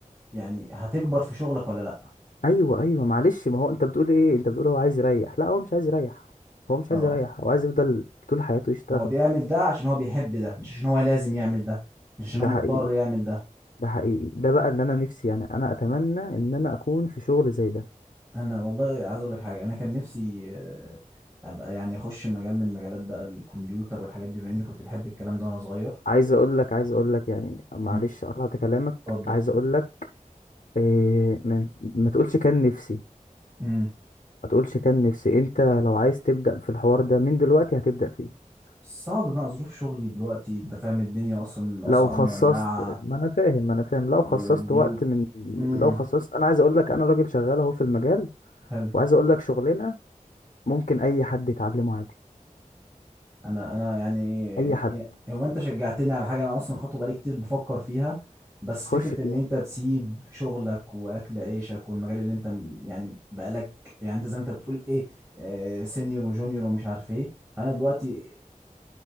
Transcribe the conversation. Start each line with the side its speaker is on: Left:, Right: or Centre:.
Right: يعني هتكبر في شغلك والّا لأ.
Left: أيوه، أيوه، معلش ما هو أنت بتقول إيه، أنت بتقول هو عايز يريّح، لأ هو مش عايز يريّح، هو مش
Right: آه.
Left: عايز يريّح، هو عايز يفضل طول حياته يشتغل،
Right: هو بيعمل ده عشان هو بيحب ده مش عشان هو لازم يعمل ده مش عشان
Left: ده
Right: هو مضطر
Left: حقيقي،
Right: يعمل ده
Left: ده حقيقي، ده بقى اللي أنا نِفْسي يعني أنا أتمنى إن أنا أكون في شغل زي ده،
Right: انا والله عايز اقول لك حاجه انا كان نفسي آه، ابقى يعني اخش مجال من مجالات بقى الكمبيوتر والحاجات دي بما اني كنت بحب الكلام ده وانا صغير
Left: عايز أقول لك عايز أقول لك يعني معلش
Right: مم.
Left: قطعت كلامك،
Right: اتفضل
Left: عايز
Right: اتفضل
Left: أقول لك آآ ما ما تقولش كان نِفْسي،
Right: امم
Left: ما تقولش كان نِفْسي، أنت لو عايز تبدأ في الحوار ده من دلوقتي هتبدأ فيه،
Right: صعب بقى ظروف شغلي دلوقتي انت فاهم الدنيا اصلا الاسعار
Left: لو خصّصت
Right: مولعه
Left: ما أنا فاهم، ما أنا فاهم، لو
Right: وبيوت
Left: خصّصت وقت من
Right: امم
Left: لو خصّصت أنا عايز أقول لك أنا راجل شغّال أهو في المجال
Right: حلو
Left: وعايز أقول لك شغلانة ممكن أي حد يتعلمه عادي،
Right: انا انا يعني
Left: أي حد،
Right: يعني- هو انت شجعتني على حاجه انا اصلا خطوه بقالي كتير بفكر فيها بس
Left: خُش
Right: فكره
Left: فيها،
Right: ان انت تسيب شغلك واكل عيشك والمجال اللي انت م- يعني بقالك يعني انت زي ما انت بتقول ايه آه سينيور وجونيور ومش عارف ايه فانا دلوقتي